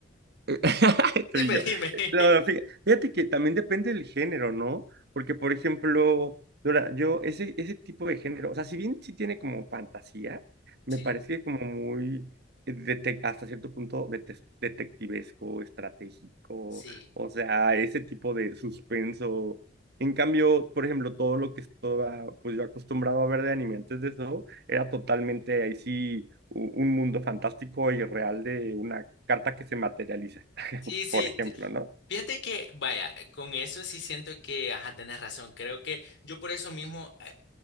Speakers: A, on the right (about 55°); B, on the left (about 65°).
A: <laughs>
B: Dime,
A: Tú y yo.
B: dime. <laughs>
A: No, no, fí- fíjate que también depende del género, ¿no? Porque, por ejemplo, Dora, yo, ese, ese tipo de género, o sea, si bien sí tiene como fantasía, me
B: Sí,
A: parece como muy, eh, dete- hasta cierto punto, dete- detectivesco, estratégico,
B: sí.
A: o sea, ese tipo de suspenso. En cambio, por ejemplo, todo lo que estaba, pues yo acostumbrado a ver de anime antes de eso, era totalmente ahí sí u- un mundo fantástico y real de una carta que se materializa,
B: Sí, sí.
A: por ejemplo,
B: t-
A: ¿no?
B: Fíjate que, vaya, con eso sí siento que, ajá, tenés razón. Creo que yo por eso mismo, eh,